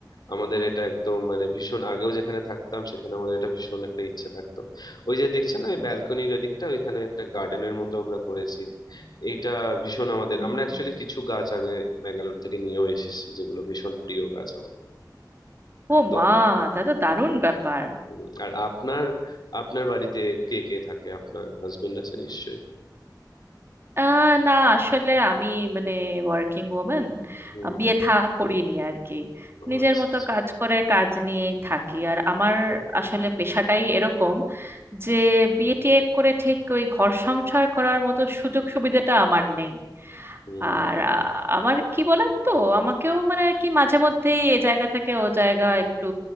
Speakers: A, on the left; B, on the right.
A: আমাদের এটা একদম মানে ভীষণ আগেও যেখানে থাকতাম সেখানে আমাদের এটা ভীষণ একটা ইচ্ছে থাকতো ওই যে দেখছেন না এই ব্যালকনির ওদিকটা ওইখানে একটা গার্ডেনের মতো আমরা করেছি এইটা ভীষণ আমাদের
B: হুম।
A: আমরা অ্যাকচুয়ালি কিছু গাছ আগে ব্যাঙ্গালোর থেকে নিয়েও এসেছি যেগুলো ভীষণ প্রিয় গাছ আমাদের
B: ও
A: তো
B: মা দাদা দারুণ ব্যাপার
A: উম, আর আপনার আপনার বাড়িতে কে কে থাকে আপনার হাজবেন্ড আছে নিশ্চয়ই
B: আহ না আসলে আমি মানে ওয়ার্কিং ওমেন
A: হুম
B: বিয়ে থা করিনি আর কি
A: ও
B: নিজের
A: আচ্ছা
B: মতো
A: আচ্ছা
B: কাজ করে কাজ নিয়েই থাকি আর আমার আসলে পেশাটাই এরকম যে বিয়ে টিয়ে করে ঠিক ওই ঘর সংসার করার মতো সুযোগ সুবিধাটা আমার নেই
A: হুম
B: আর আহ, আমার কি বলেন তো আমাকেও মানে আর কি মাঝে মধ্যেই এ জায়গা থেকে ও জায়গা একটু